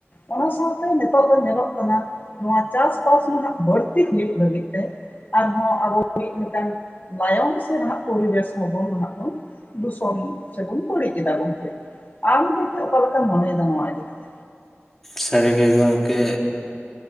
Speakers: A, on the left; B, in the centre.
A: ᱚᱱᱟ ᱥᱟᱶᱛᱮ ᱱᱤᱛᱚᱜ ᱫᱚ ᱧᱮᱞᱚᱜ ᱠᱟᱱᱟ᱾ ᱱᱚᱶᱟ ᱪᱟᱥᱵᱟᱥ ᱱᱟᱦᱟᱜ ᱵᱟᱹᱲᱛᱤ ᱦᱩᱭᱩᱜ ᱞᱟᱹᱜᱤᱫ ᱛᱮ ᱟᱨᱦᱚᱸ ᱟᱵᱚ ᱢᱤᱫ ᱞᱮᱠᱟᱱ ᱞᱟᱭᱚᱝ ᱥᱮ ᱱᱟᱦᱟᱜ ᱯᱚᱨᱤᱵᱮᱥ ᱦᱚᱵᱚᱱ ᱦᱟᱸᱜ ᱵᱚᱱ ᱫᱩᱥᱚᱱ ᱥᱮᱵᱚᱱ ᱵᱟᱹᱲᱤᱡ ᱮᱫᱟ ᱜᱚᱝᱠᱮ ᱟᱢᱦᱚᱸ ᱠᱤ ᱚᱠᱟ ᱞᱮᱠᱟᱢ ᱢᱚᱱᱮᱭᱮᱫᱟ ᱱᱚᱣᱟ ᱤᱫᱤ ᱠᱟᱛᱮᱫ?
B: ᱥᱟᱹᱨᱤ ᱜᱮ ᱜᱚᱝᱠᱮ